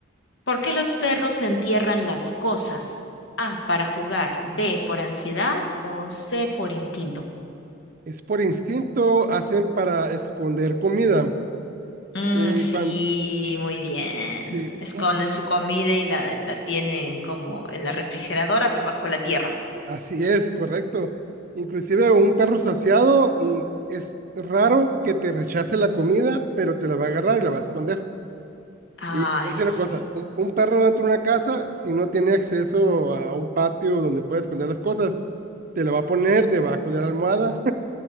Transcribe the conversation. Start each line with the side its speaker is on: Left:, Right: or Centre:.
Left: ¿por qué los perros entierran las cosas? A, para jugar, B, por ansiedad o C, por instinto.
Right: es por instinto, hacen para esconder comida.
Left: Mm,
Right: Eh,
Left: sí,
Right: cuan-
Left: muy bien.
Right: sí,
Left: Esconden
Right: un-
Left: su comida y la, la tienen como en la refrigeradora, pero bajo la tierra.
Right: así es, correcto. Inclusive un perro saciado mm, es raro que te rechace la comida, pero te la va a agarrar y la va a esconder.
Left: Ay,
Right: Y te voy a decir
Left: sí.
Right: una cosa, un, un perro dentro de una casa, si no tiene acceso a un patio donde pueda esconder las cosas, te lo va a poner debajo de la almohada.